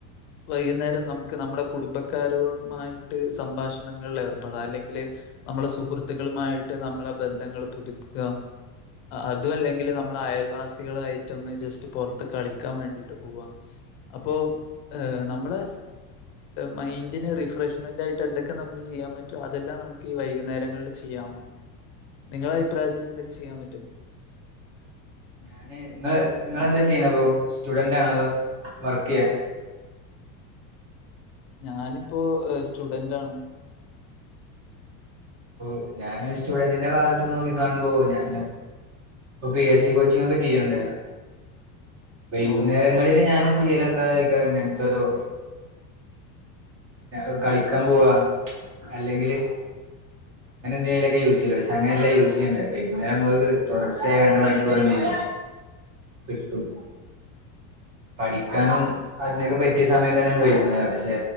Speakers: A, on the left; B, on the right.
A: വൈകുന്നേരം നമുക്ക് നമ്മുടെ കുടുംബക്കാരു മായിട്ട് സംഭാഷണങ്ങളിൽ ഏർപ്പെടാം അല്ലെങ്കിൽ നമ്മളെ സുഹൃത്തുക്കളുമായിട്ട് നമ്മളെ ബന്ധങ്ങൾ പുതുക്കുക അതും അല്ലെങ്കിൽ നമ്മൾ അയൽവാസികളയിട്ടൊന്ന് ജസ്റ്റ് പുറത്ത് കളിക്കാൻ വേണ്ടിട്ട് പോവാ അപ്പോ ഹ് നമ്മള് മൈൻഡിന് റിഫ്രഷ്മെന്റായി ട്ട്, എന്തൊക്കെ നമുക്ക് ചെയ്യാൻ പറ്റോ അതെല്ലാം നമുക്ക് ഈ വൈകുന്നേരങ്ങളിൽ ചെയ്യാം. നിങ്ങള അയ്പ്രായത്തിലെന്തൊക്കെ ചെയ്യാ പറ്റും?
B: ഞാന് ങ്ങള് ങ്ങള്ന്താ ചെയ്യണെപ്പോ? സ്റ്റുഡന്റാണോ അതോ വർക്കെയ്യാ.
A: ഞാനിപ്പോ ഹ് സ്റ്റുഡന്റാണ്.
B: ഓ ഞാന് സ്റ്റുഡന്റിന്റെ ഭാഗത്ത് നോക്കി കാണുമ്പോ ഞാന് ഇപ്പൊ പി എസ് സി കോച്ചിങ് ക്കെ ചെയ്യണുണ്ട്. വൈകുന്നേരങ്ങളില്
A: ഓ
B: ഞാന് ചെയ്യലഎന്താ <unintelligible> ഇങ്ങനത്തൊരു ല കളിക്കാൻ പോവാ അല്ലെങ്കില് അങ്ങനെന്തേലുക്കെ യൂസ് ചെയ്യല പശ് അങ്ങനെല്ല യൂസ് ചെയ്യേണ്ട വൈകുന്നേരമ്മക്ക് തുടർച്ചയ രണ്ട് മണിക്കൂർ എന്ത് യ്ന്ന്. കിട്ടും പഠിക്കാനും അതിനൊക്കെ പറ്റിയ സമയതന്നേണ് വൈക്ന്നേരം പക്ഷെ